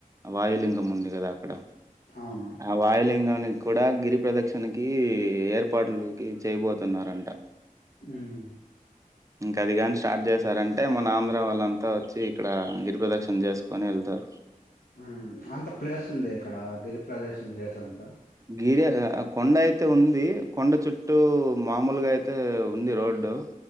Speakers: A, on the right; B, on the left.
A: వాయులింగం ఉంది కదా అక్కడ
B: అవును
A: ఆ వాయలింగనీ కూడా గిరి ప్రదక్షిణకి ఏర్పాట్లకి చేయబోతున్నారంట
B: హ్మ్మ్
A: ఇంకా అది కాని స్టార్ట్ చేశారంటే మన ఆంద్రా వాళ్ళంతా వచ్చి ఇక్కడ గిరిప్రదక్షిణ చేసుకుని వెళ్తారు.
B: హ్మ్మ్ అంత ప్లేస్ ఉంది అక్కడ గిరి ప్రదేశం చేస్ అంతా
A: గిరి కొండ అయితే ఉంది కొండ చుట్టూ మామూలుగా అయితే ఉంది రోడ్డు